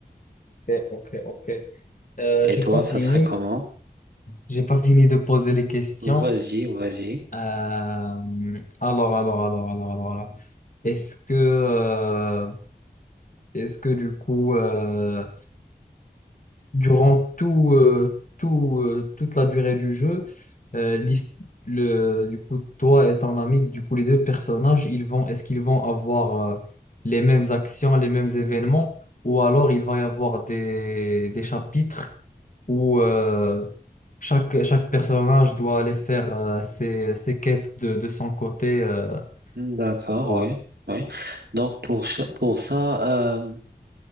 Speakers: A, on the left; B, on the right.
A: Ok, ok, ok. ok. Euh,
B: Et
A: j'ai
B: toi,
A: pas
B: ça
A: fini.
B: serait comment?
A: J'ai pas fini de poser les questions.
B: Vas-y, vas-y.
A: Euh, alors, alors, alors, alors, alors, alors. Est-ce que euh, Est-ce que du coup, euh, durant tout, euh, tout, euh, toute la durée du jeu, euh, l'his- le, du coup, toi et ton ami, du coup, les deux personnages, ils vont, est-ce qu'ils vont avoir euh, les mêmes actions, les mêmes événements, ou alors il va y avoir des, des chapitres où euh, chaque, chaque personnage doit aller faire euh, ses, ses quêtes de, de son côté. euh,
B: D'accord,
A: voilà.
B: oui. oui. Donc, pour, cha- pour ça, euh,